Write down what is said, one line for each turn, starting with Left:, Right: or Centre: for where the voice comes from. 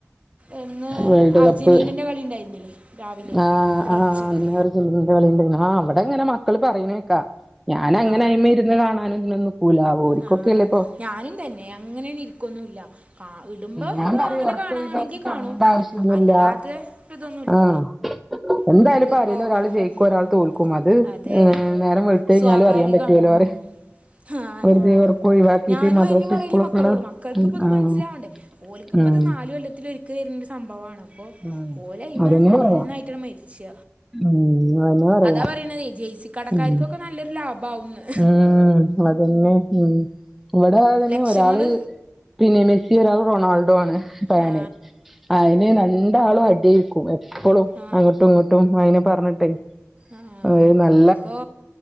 Right: ഇന്ന്
Centre: വേൾഡ്
Right: അർജന്റി
Centre: കപ്പ്
Right: നെന്റെ കളി ഉണ്ടായിരുന്നല്ലേ? രാവിലെ
Centre: ആഹ്
Right: പുലർച്ചക്ക്.
Centre: ആഹ് അന്ന് ആഹ് ഇവിടെ അങ്ങനെ മക്കള് പറയണേ കേക്കാം. ഞാൻ അങ്ങനെ
Right: ആ
Centre: അയ്മേൽ ഇരുന്ന് കാണാനും ഇതിനൊന്നു നിക്കൂല ഓരിക്കൊക്കെ
Right: ആ
Centre: അല്ലേ ഇപ്പൊ
Right: ഞാനും തന്നെ അങ്ങനെയങ്ങ് ഇരിക്കൊന്നു ഇല്ല. ആഹ് ഇടുമ്പോ
Centre: ഞാൻ പറയും
Right: അങ്ങനെ
Centre: ഒറക്കൊഴിവാക്കി
Right: കാണയാണെങ്കിൽ കാണും
Centre: കാണണ്ട ആവശ്യൊന്നുല്ല
Right: അല്ലാതെ ഒരു ഇതൊന്നുല്ല.
Centre: ആഹ് എന്തായാലും
Right: നമ്മുക്ക്
Centre: ഇപ്പ
Right: ഇപ്പോ
Centre: ആരേലും ഒരാൾ ജയിക്കും
Right: ഉം
Centre: ഒരാൾ തോൽക്കും അത്
Right: അതെ
Centre: ഏഹ് നേരം വെളുത്ത് കഴിഞ്ഞാലും
Right: സ്വാഭാവികമാണ്
Centre: അറിയാൻ പറ്റുവല്ലോ
Right: ഉം.
Centre: പറ
Right: ആഹ്
Centre: വെറുതെ
Right: ഞാ
Centre: ഉറക്കം ഒഴിവാക്കിട്ട്
Right: ഞാനും
Centre: മദ്രസ
Right: അതിനു പുറകില്
Centre: സ്കൂളൊക്കെ
Right: മക്കളോടും
Centre: ഉള്ള
Right: മക്കൾക്ക്
Centre: ഉം
Right: ഇപ്പ ഒന്നും
Centre: ആഹ്
Right: മനസ്സിലാവണ്ടേ? ഓലക്ക് ഇപ്പ
Centre: ഉം
Right: അത് നാല് കൊല്ലത്തിലൊരിക്കെ വരുന്ന ഒരു സംഭവമാണ് അപ്പോ
Centre: ഉം
Right: ഓല് അയ്മ
Centre: അതന്നെ
Right: നന്നായിട്ടാണ്
Centre: പറയാ
Right: മെ ച്ച
Centre: ഉം അതന്നെ പറയാ
Right: അതാ പറയണതേ ജെഴ്സി കടക്കാർക്കൊക്കെ
Centre: ഉം
Right: നല്ലൊരു ലാഭം ആവുന്ന്
Centre: ഉം അത് ന്നെ ഉം ഇവിടെ അത് തന്നെ
Right: ലക്ഷ്യങ്ങള്
Centre: ഒരാള് പിന്നെ മെസ്സി ഒരാൾ റൊണാൾഡോ ആണ് ഫാന്
Right: ആ
Centre: അയിന് രണ്ടാളും അടിയിരിക്കും. എപ്പ് ഇപ്പോളും
Right: ആ
Centre: അങ്ങോട്ടും ഇങ്ങോട്ടും അയിനെ പറഞ്ഞിട്ട്
Right: ആഹ്
Centre: അതെ നൽ
Right: ഇപ്പോ